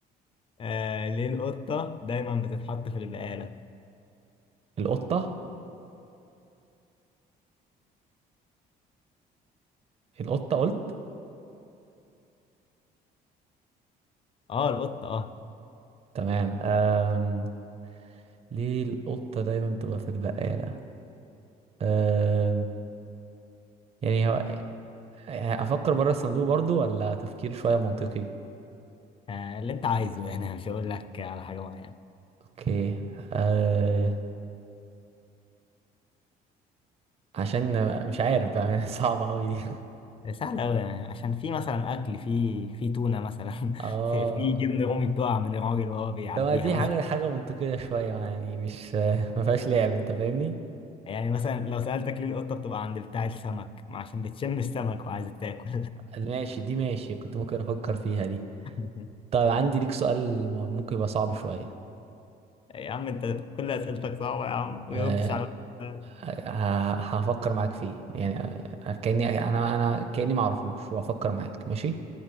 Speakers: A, on the left; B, on the right.
A: آه ليه القطة دايما بتتحط في البقالة؟
B: القطه القطه قلت
A: اه القطة اه
B: تمام أم... ليه القطه دايما بتبقى في البقاله أم... يعني هو يعني افكر بره الصندوق برضو ولا تفكير شويه منطقي
A: آه، اللي أنت عايزه يعني مش هقول لك على حاجة معينة
B: اوكي آه... عشان مش عارف بقى يعني <laughs> صعبة قوي دي
A: سهل أوي يعني عشان في مثلا أكل في في تونة مثلا <laughs>
B: اه
A: في في جبن رومي بتقع من الراجل وهو بيعديها
B: طب ما دي حاجة
A: مثلا
B: حاجة منطقية شوية يعني مش آه، ما فيهاش لعب انت فاهمني
A: يعني مثلا لو سألتك ليه القطة بتبقى عند بتاع السمك ما عشان بتشم السمك وعايزة تاكل
B: ماشي دي ماشي كنت ممكن افكر فيها دي
A: <laughs>
B: طيب عندي ليك سؤال م- ممكن يبقى صعب شوية
A: يا عم انت كل اسئلتك صعبة يا عم ما
B: آه،
A: جاوبتش على واحدة.
B: ه- هفكر معاك فيه يعني آه، كأني انا انا كأني ما اعرفوش وهفكر معاك ماشي